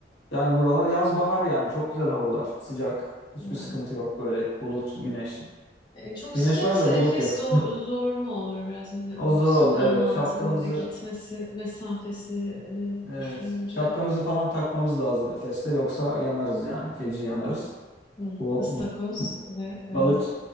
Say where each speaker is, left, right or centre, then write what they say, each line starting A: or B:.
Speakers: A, on the left; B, on the left.
A: yani buralar yaz bahar yani çok güzel havalar. Sıcak. Hiçbir
B: Ha.
A: sıkıntı yok böyle bulut, güneş.
B: E, Çok
A: Güneş
B: sıcaksa
A: var da
B: Efes
A: bulut yok.
B: zor, zor mu olur biraz hani
A: O
B: o
A: zor
B: sıcağın
A: olur evet.
B: altında
A: Şapkamızı
B: bir de gitmesi mesafesini
A: evet
B: düşününce
A: şapkamızı falan takmamız lazım Efes'te yoksa yanarız yani. Feci yanarız.
B: Hı,
A: Bu
B: ıstakoz ve e,
A: balık